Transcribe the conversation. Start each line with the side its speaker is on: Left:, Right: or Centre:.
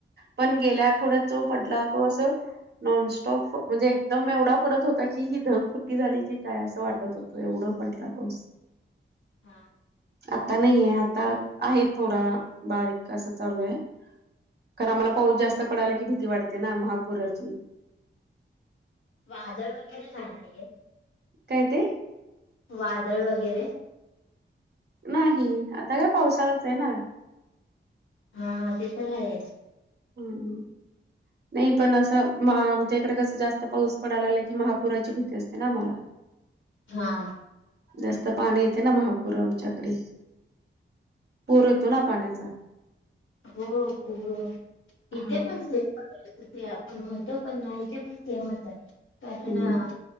Right: पण गेल्या आठवड्यात जो पडला तो असं. नॉनस्टॉप म्हणजे एकदम एवढा पडत होता की ही धग फुट्टी झाली की काय असं वाटत. होतो एवढं म्हटला पास
Left: हा.
Right: आता नाहीये आता आहे थोडा बारीक असं चालू आहे. खर आम्हाला पाऊस जास्त पडायला की भीती वाटते ना महापुराची
Left: वादळ वगैरे जाणये.
Right: काय ते
Left: वादळ वगैरे
Right: नाही आता काय पावसाळाच आहे ना.
Left: हा ते तर आहेच.
Right: हम्. नाही पण असं आमच्या इकडे कसं जास्त पाऊस पडयला लाला की महापुराची भीती असते ना आम्हाला <unintelligible>
Left: हा.
Right: जास्त पाणी येते ना महापूर आमच्याकडे पूर येतो ना पाण्याचा
Left: हो हो हो
Right: हा
Left: इथे पण से ते आपण म्हणतो पण नाही तेे पण सेमच आहे कारण
Right: हम्म.